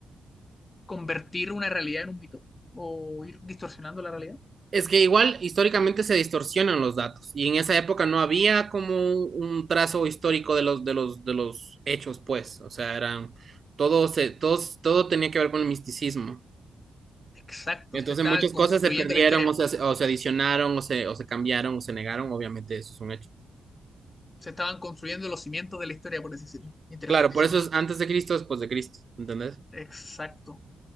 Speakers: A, on the left; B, on the right.
A: convertir una realidad en un mito o ir distorsionando la realidad.
B: Es que igual históricamente se distorsionan los datos y en esa época no había como un trazo histórico de los de los de los hechos, pues, o sea, eran todo se todos todo tenía que ver con el misticismo.
A: Exacto,
B: entonces
A: se estaba
B: muchas
A: construyendo
B: cosas se perdieron
A: la historia,
B: o se, o se adicionaron o se o se cambiaron o se negaron, obviamente eso es un hecho.
A: se estaban construyendo los cimientos de la historia, por así decirlo. Interesantísimo
B: Claro, por eso
A: eso.
B: es antes de Cristo, después de Cristo, ¿entendés?
A: Exacto.